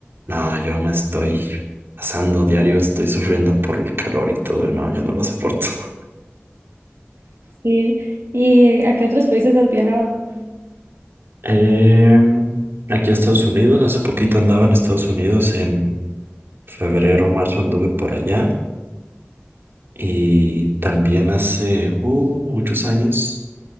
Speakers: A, on the right; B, on the right.
A: no, yo me estoy asando diario, estoy sufriendo por el calor y todo, y no, yo no lo soporto. <laughs>
B: Sí. ¿Y a qué otros países has viajado?
A: Em, aquí a Estados Unidos, hace poquito andaba en Estados Unidos, en febrero, marzo anduve por allá y también hace uh, muchos años